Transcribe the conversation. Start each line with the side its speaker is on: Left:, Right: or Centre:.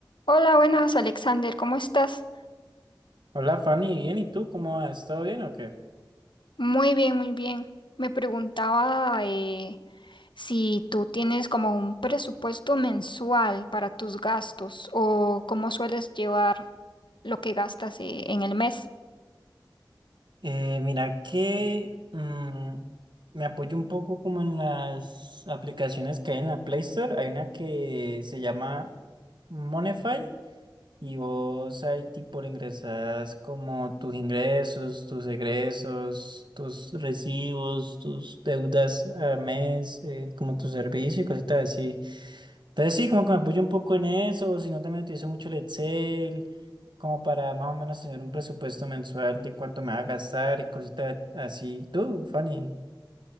Left: Hola, buenas Alexander, ¿cómo estás?
Right: Hola Fanny, bien, ¿y tú cómo vas? ¿Todo bien o qué?
Left: Muy bien, muy bien. Me preguntaba eh, si tú tienes como un presupuesto mensual para tus gastos o cómo sueles llevar lo que gastas eh, en el mes.
Right: Eh, mira que mm, me apoyo un poco como en las aplicaciones que hay en la Play Store. Hay una que se llama Monify Y vos ahí tipo le ingresas como tus ingresos, tus egresos, tus recibos, tus deudas a mes, eh, como tu servicio y cositas así. Entonces sí, como que me apoyo un poco en eso, si no también utilizo mucho el Excel, como para más o menos tener un presupuesto mensual de cuánto me va a gastar y cositas así. Tú, Fanny.